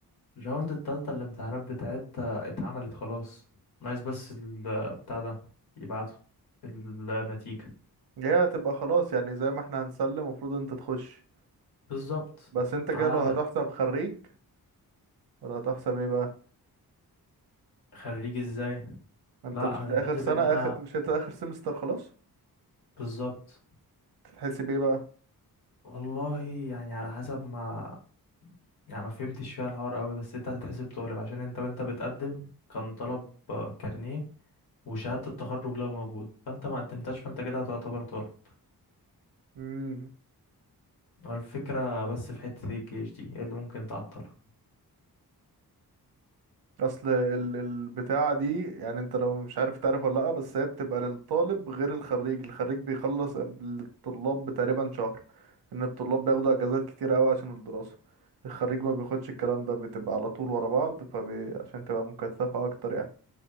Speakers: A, on the left; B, on the right.
A: الراوند التالتة الامتحانات بتاعتها اتعملت خلاص ناقص بس ال... بتاع ده يبعتوا النتيجة
B: هي هتبقى خلاص يعني زي ما احنا هنسلم المفروض انت تخش
A: بالظبط
B: بس انت كده
A: على
B: لو هتحسب خريج ولا هتحسب ايه بقى
A: خريج ازاي
B: انت
A: لا
B: مش في
A: هتتحسب
B: اخر سنة
A: ان انا
B: اخر مش انت اخر سمستر خلاص
A: بالظبط
B: تتحسب ايه بقى
A: والله يعني على حسب ما يعني ما فهمتش فيها الحوار قوي بس انت هتتحسب طالب عشان انت وانت بتقدم كان طلب آه، كارنيه وشهادة التخرج لو موجود فانت ما قدمتش فانت كده هتعتبر طالب
B: امم
A: هو الفكرة بس في حتة الجيش دي هي اللي ممكن تعطلك
B: اصل ال... البتاعة دي يعني انت لو مش عارف تعرف ولا لا بس هي بتبقى للطالب غير الخريج الخريج بيخلص قبل الطلاب بتقريبا شهر ان الطلاب بياخدوا اجازات كتير قوي عشان الدراسة الخريج ما بياخدش الكلام ده بتبقى على طول ورا بعض فبي... عشان تبقى مكثفة اكتر يعني